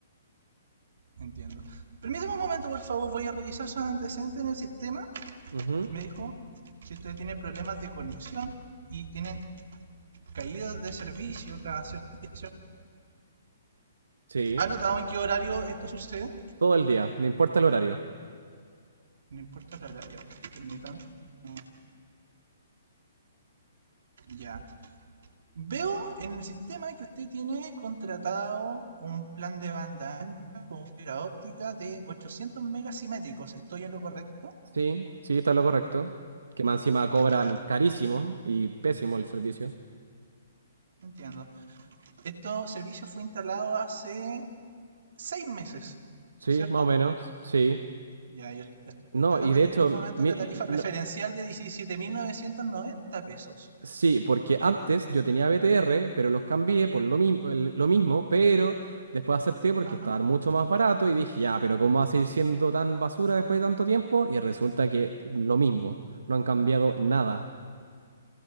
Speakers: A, on the right (about 70°); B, on the right (about 85°).
A: Entiendo. Permítame un momento, por favor. Voy a revisar sus antecedentes en el sistema
B: Ujú,
A: me dijo, si usted tiene problemas de conexión y tiene caídas de servicio cada cierto día,
B: Sí,
A: ¿ha notado en qué horario esto sucede?
B: todo el día, no importa el horario.
A: No importa el horario, permítame. No Ya. Veo en el sistema que usted tiene contratado un plan de banda ancha con fibra óptica de 800 megasimétricos. ¿Estoy en lo correcto?
B: Sí, sí, está lo correcto. Que más encima cobran
A: Ya,
B: carísimo y pésimo el servicio.
A: entiendo. Este servicio fue instalado hace seis meses,
B: Sí,
A: ¿cierto?
B: más o menos, sí.
A: Ya, yo estoy
B: No,
A: pagando
B: y de
A: en
B: hecho,
A: este momento
B: mi-
A: la tarifa
B: y
A: preferencial
B: no-
A: de 17.990 pesos.
B: Sí, porque antes yo tenía BTR, pero los cambié por lo mismo, lo mismo, pero después acepté porque
A: Ajá.
B: estaban mucho más barato y dije, ya, pero ¿cómo va a seguir siendo tan basura después de tanto tiempo? Y resulta que lo mismo, no han cambiado nada.